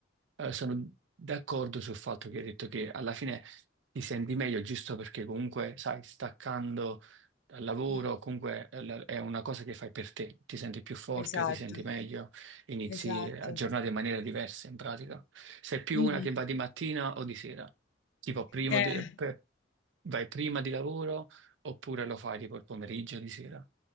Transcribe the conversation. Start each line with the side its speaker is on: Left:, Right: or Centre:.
Right: eh, sono d'accordo sul fatto che hai detto che alla fine ti senti meglio giusto perché comunque, sai, staccando dal lavoro,
Left: mm.
Right: comunque eh, la- è una cosa che fai per te, ti senti più forte,
Left: Esatto,
Right: ti senti meglio, inizi
Left: esatto.
Right: a giornata in maniera diversa in pratica. Sei più
Left: Mhm.
Right: una che va di mattina o di sera, tipo primo
Left: Eh,
Right: di- pe- vai prima di lavoro oppure lo fai tipo il pomeriggio di sera.